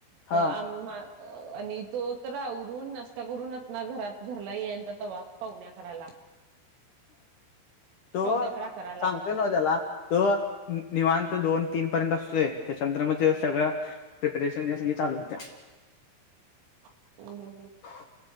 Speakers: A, on the left; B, on the right.
A: हा
B: आम आणि तो तर आवरून नाष्टा करून <unintelligible> घरात घरला यालता तवा पाहुने अकराला.
A: तो,
B: पाहुण्या अकरा करायला
A: सांगतोय नव त्याला. तो निवांत दोन, तीन पर्यंत असतोय त्याच्या नंतर म
B: हम्म
A: सगळं प्रिपेरेशन ये सगळी चालू होत्या.
B: हम्मम.
A: <unintelligible>